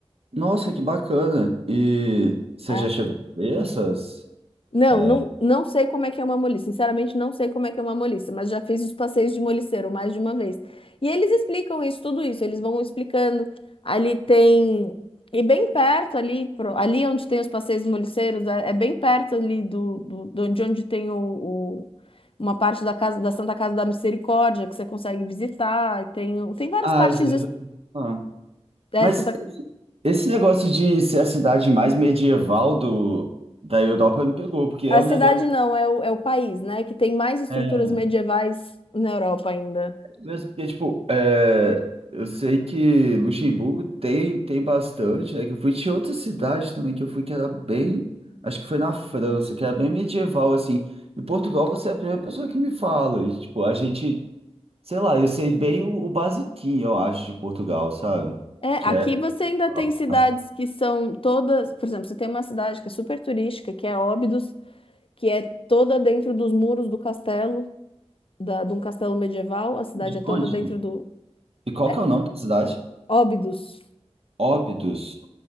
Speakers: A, on the right; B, on the left.
A: Nossa, que bacana. E você
B: É.
A: já chegou a ver essas?
B: Não,
A: É.
B: não, não sei como é que é uma moliça. Sinceramente, não sei como é que é uma moliça, mas já fiz os passeios de moliceiro mais de uma vez. E eles explicam isso, tudo isso, eles vão explicando. Ali tem. E bem perto ali, pro- ali onde tem os passeios de moliceiros, é, é bem perto ali do, do- do- de onde tem o, o- uma parte da casa da Santa Casa da Misericórdia que você consegue visitar. Tem, o- tem várias
A: Ah,
B: partes
A: isso eu
B: des-
A: já ouvi falar.
B: dessa.
A: Mas esse negócio de ser a cidade mais medieval do, da Europa me pegou, porque é
B: A
A: um
B: cidade
A: negócio.
B: não, é o, é o país, né? Que tem mais estruturas
A: É,
B: medievais na Europa ainda.
A: mesmo porque, tipo, é, eu sei que Luxemburgo tem, tem bastante. É que eu fui de outra cidade também que eu fui que era bem. Acho que foi na França, que era bem medieval, assim. Em Portugal, você é a primeira pessoa que me fala. E, tipo, a gente. Sei lá, eu sei bem o, o basiquinho, eu acho, de Portugal, sabe?
B: É, aqui
A: Que é.
B: você ainda
A: a-
B: tem cidades
A: a-
B: que são todas, por exemplo, você tem uma cidade que é super turística, que é Óbidos, que é toda dentro dos muros do castelo, da, de um castelo medieval, a cidade
A: De
B: é toda
A: onde?
B: dentro do
A: E qual
B: é,
A: que é o nome da cidade?
B: Óbidos.
A: Óbidos.